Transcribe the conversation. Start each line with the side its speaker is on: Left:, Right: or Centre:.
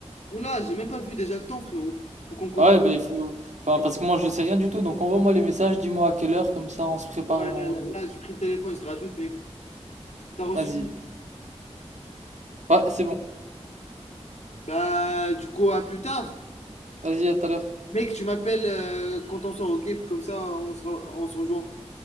Left: Oh là, j'ai même pas vu déjà le temps, frérot. Faut qu'on commence.
Right: Ah Ouais, bah il faut, enfin parce que moi je sais rien du tout, donc envoie-moi les messages, dis-moi à quelle heure, comme ça on se prépare
Left: Ouais,
Right: et on
Left: là, là,
Right: y va.
Left: là, j'ai pris le téléphone, je te rajoute, mec. T'as reçu?
Right: Vas-y. Ouais, c'est bon.
Left: Bah, du coup, à plus tard.
Right: Vas-y, à tout à l'heure.
Left: Mec, tu m'appelles euh, quand on sort, ok? Comme ça, on se, re- on se rejoint.